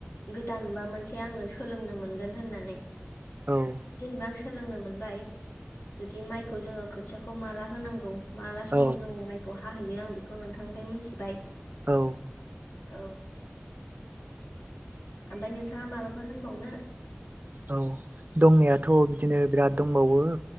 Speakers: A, on the left; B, on the right.
A: गोदानबा मोनसे आङो सोलोंनो मोनगोन होननानै
B: औ
A: गोबां सोलोंनो मोनबाय जुदि माइखौ जोङो खोथियाखौ माला होनांगौ माला
B: औ
A: समाव जों माइखौ हाहैयो आं बेखौ नोंथांनिफ्राय मोनथिबाय
B: औ
A: औ ओमफ्राय नोंथाङा माबाफोर होनबावनो
B: औ दंनायाथ' बिदिनो बिराद दंबावो